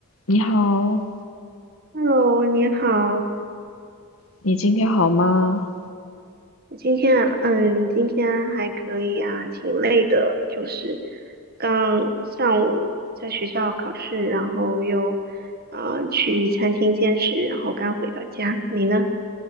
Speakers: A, on the left; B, on the right.
A: 你好，
B: Hello，你好，
A: 你今天好吗？
B: 今天啊嗯，你今天还可以啊，挺累的，就是刚上午在学校考试，然后又啊、呃去餐厅兼职，然后刚回到家。你呢？